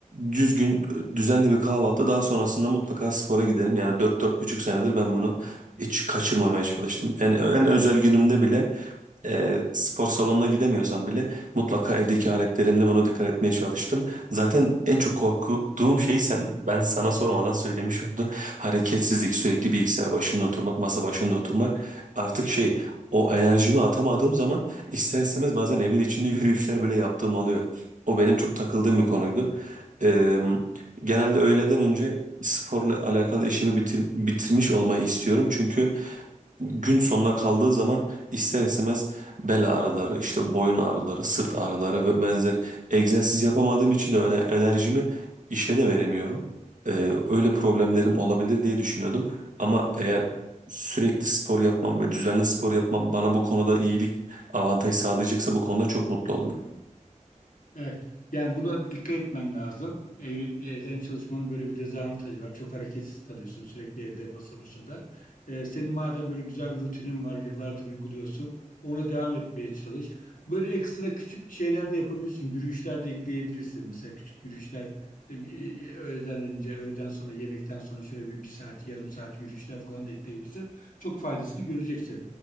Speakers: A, on the right; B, on the left.
A: düzgün düzenli bir kahvaltı daha sonrasında mutlaka spora giderim. Yani dört dört buçuk senedir ben bunu hiç kaçırmamaya çalıştım. En, en özel günümde bile e, spor salonuna gidemiyorsam bile mutlaka evdeki aletlerimde buna dikkat etmeye çalıştım. Zaten en çok korktuğum şey sen ben sana sormadan söylemiş oldun. Hareketsizlik, sürekli bilgisayar başında oturmak, masa başında oturmak artık şey o enerjimi atamadığım zaman ister istemez bazen evin içinde <laughs> yürüyüşler bile yaptığım oluyor. O benim çok takıldığım bir konuydu. E, genelde öğleden önce sporla alakalı işimi bitir- bitirmiş olmayı istiyorum. Çünkü gün sonuna kaldığı zaman ister istemez bel ağrıları, işte boyun ağrıları, sırt ağrıları ve benzer egzersiz yapamadığım için de öne- enerjimi işe de veremiyorum. Ee, öyle problemlerim olabilir diye düşünüyordum. Ama eğer sürekli spor yapmam ve düzenli spor yapmam bana bu konuda iyilik, avantaj sağlayacaksa bu konuda çok mutlu oldum.
B: Evet. Yani buna dikkat etmen lazım. Ev, evden çalışmanın böyle bir dezavantajı var. Çok hareketsiz kalıyorsun sürekli evde masa başında. Ee, senin madem böyle güzel bir rutinin var, yıllardır uyguluyorsun, ona devam etmeye çalış. Böyle ekstra küçük şeyler de yapabilirsin. Yürüyüşler de ekleyebilirsin. Mesela küçük yürüyüşler işte bir, e, öğleden önce, öğleden sonra, yemekten sonra şöyle bir, bir saat, yarım saat yürüyüşler falan da ekleyebilirsin. Çok faydasını göreceksin.